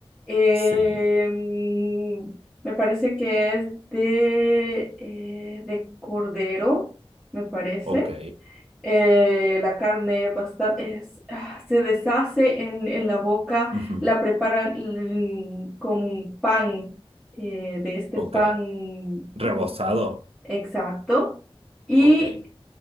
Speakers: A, in the centre; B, on the right.
A: eh,
B: Sí,
A: mm, me parece que es de, eh, de cordero, me parece.
B: ok.
A: Eh, la carne basta- es, ah, se deshace en, en la boca,
B: Ujú,
A: la preparan mm, con pan, eh, de este
B: Ok.
A: pan,
B: ¿Rebozado?
A: ¿cómo se- Exacto. Y
B: Ok.